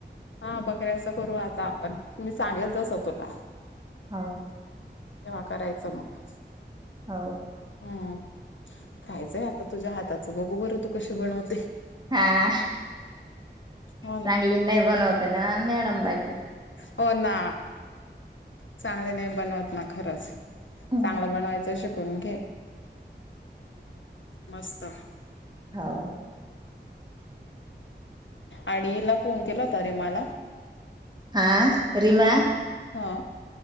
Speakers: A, on the left; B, on the right.
A: हा बकऱ्या असं करू आता आपण मी सांगेल तसं तुला.
B: हो.
A: तेव्हा करायचं मग.
B: हो.
A: हम खायचंय आता तुझ्या हाताचं बघू बरं तू कशी बनवते?
B: हा
A: हो
B: चांगली
A: ना.
B: नाही बनवते ना? म्यॅड बा
A: हो ना. चांगली नाही बनवत ना खरंच.
B: नाही
A: चांगलं बनयचं शिकून घे. मस्त.
B: हो.
A: आणिला फोन केला होता रे मला.
B: आा रिमा
A: हा